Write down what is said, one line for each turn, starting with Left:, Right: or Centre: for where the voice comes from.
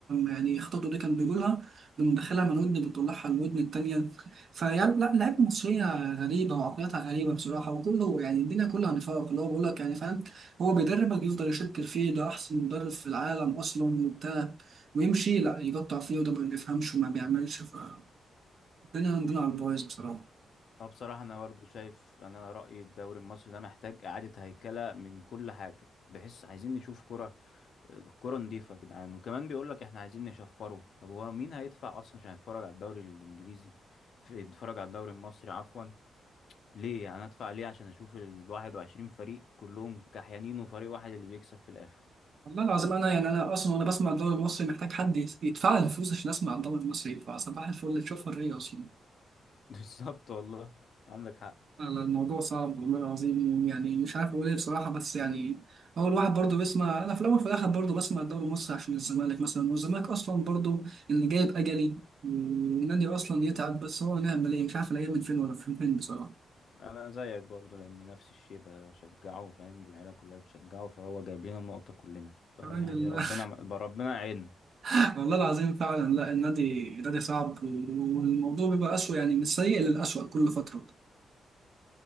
Right: يعني خطته دي كان بيقولها بندخلها من ودن بنطلعها الودن التانية فيعني لا لعيبه مصريه غريبه وعقليتها غريبه بصراحه وكله يعني الدنيا كلها نفاق اللي هو بيقول لك يعني فاهم هو بيدربك يفضل يشكر فيه ده احسن مدرب في العالم اصلا وبتاع ويمشي لا يقطع فيه وده ما بيفهمش وما بيعملش فالدنيا عندنا على البايظ بصراحه
Left: اه بصراحة أنا برضو شايف أنا رأيي الدوري المصري ده محتاج إعادة هيكلة من كل حاجة بحيث عايزين نشوف كرة كرة نضيفة يا جدعان وكمان بيقولك إحنا عايزين نشفره طب هو مين هيدفع أصلا عشان يتفرج على الدوري الإنجليزي ف- يتفرج على الدوري المصري عفوا ليه يعني أنا أدفع ليه عشان أشوف الواحد وعشرين فريق كلهم كحيانين وفريق واحد اللي بيكسب في الآخر
Right: والله العظيم انا يعني انا اصلا وانا بسمع الدوري المصري محتاج حد يت- يدفع لي الفلوس عشان اسمع الدوري المصري فصباح الفل اللي تشوف الرية اصلا
Left: <laughs> بالظبط والله عندك حق
Right: لا، الموضوع صعب والله العظيم يعني مش عارف اقول ايه بصراحه بس يعني هو الواحد برضه بيسمع انا في الاول وفي الاخر برضه بسمع الدوري المصري عشان الزمالك مثلا والزمالك اصلا برضه اللي جايب اجلي والنادي اصلا يتعب بس هو نعمل ايه مش عارف الايام من فين ولا من فين بصراحه
Left: انا زيك برضو لان نفس الشيء بشجعه فاهم والعيله كلها بتشجعه فهو جايب لنا النقطه كلنا فيعني
Right: يا راجل
Left: ربنا ربنا يعيننا
Right: <laughs> والله العظيم فعلا لا النادي النادي صعب والموضوع بيبقى اسوء يعني من السيء للاسوء كل فتره